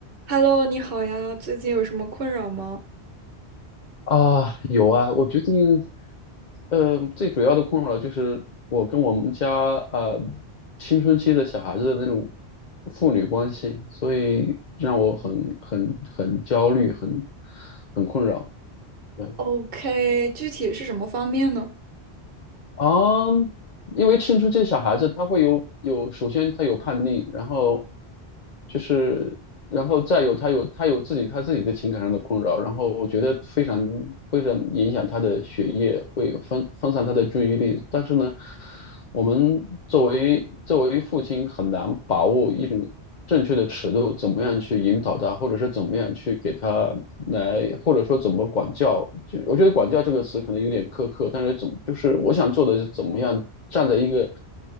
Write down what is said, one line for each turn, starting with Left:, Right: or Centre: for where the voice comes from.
Right: Hello，你好呀，最近有什么困扰吗
Left: 啊，有啊，我最近，呃，最主要的困扰就是我跟我们家呃青春期的小孩子的那种父女关系，所以让我很很很焦虑，很很困扰。对。
Right: ？OK，具体是什么方面呢
Left: 啊，因为青春期小孩子他会有有，首先他有叛逆，然后就是，然后再有他有他有自己他自己的情感上的困扰，然后我觉得非常非常影响他的学业，会分分散他的注意力。但是呢，我们作为作为父亲很难把握一种正确的尺度，怎么样去引导他，或者是怎么样去给他来，或者说怎么管教。就我觉得“管教”这个词可能有点苛刻，但是怎么就是我想做的是怎么样站在一个